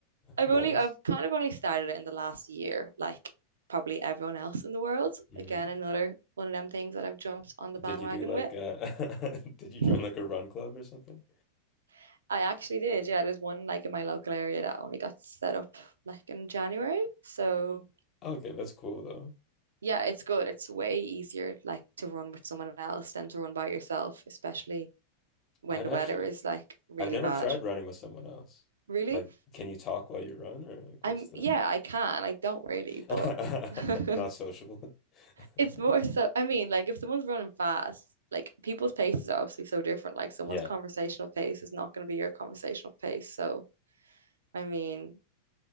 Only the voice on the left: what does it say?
Nice.
Mm.
Did you do like uh <laughs> did you
join like a run club or something?
Okay, that's cool though.
I've
actually
I've never
tried running with someone else.
Like, can you talk while you run, or like,
what's the
<laughs>
not sociable? <laughs>
Yeah,